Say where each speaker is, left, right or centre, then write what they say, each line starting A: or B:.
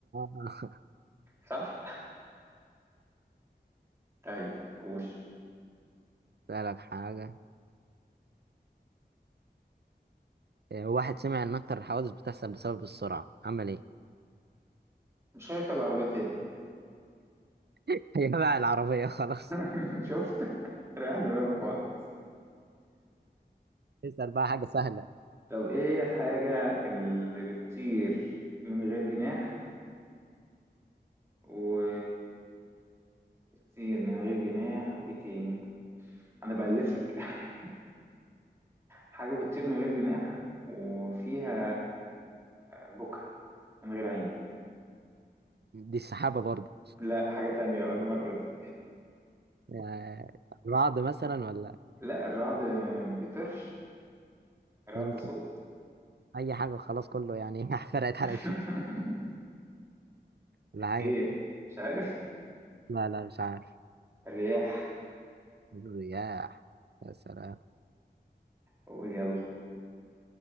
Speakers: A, on the right; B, on the right.
A: <laughs>
B: صح طيب قول
A: اسألك حاجة إيه واحد سمع ان اكتر الحوادث بتحصل بسبب السرعة عمل ايه
B: مش هيركب عربية تاني
A: <laughs> هي بقى العربية خلاص
B: <laughs> شفت ريح دماغه خالص
A: اسأل بقى حاجة سهلة
B: طب ايه هي الحاجة اللي بتطير من غير جناح و الطير من غير جناح وايه تاني انا بألف لك <laughs> حاجة بتطير من غير جناح وفيها بكا من غير عين
A: دي السحابة برضه
B: لا حاجة تانية بقى المرة دي
A: إيه، رعد مثلا ولا
B: لا الرعد ما بيطيرش الرعد
A: يمكن
B: صوت
A: اي حاجة خلاص كله يعني <laughs> فرقت
B: <laughs>
A: على دي ولا حاجة
B: ايه مش عارف
A: لا لا مش عارف
B: الرياح
A: الرياح يا سلام
B: قول يلا